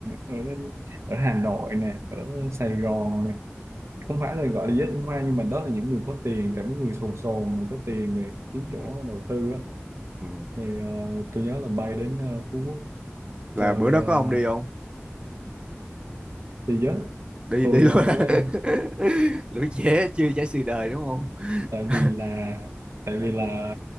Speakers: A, on the right; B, on the right.
A: ở ở Hà Nội nè ở Sài Gòn nè không phải là gọi là giới tinh hoa nhưng mà đó là những người có tiền tại mấy người sồn sồn mà có tiền này kiếm chỗ
B: ừ,
A: đầu tư á
B: ừ.
A: thì ờ, tôi nhớ là bay đến ờ, Phú Quốc
B: Là
A: chơi
B: bữa đó
A: ờ,
B: có ông đi không?
A: chơi giới
B: Đi
A: tôi
B: đi luôn.
A: ờ,
B: <laughs>
A: với
B: lũ trẻ chưa trải sự đời đúng không
A: tại
B: <laughs>
A: vì là tại vì là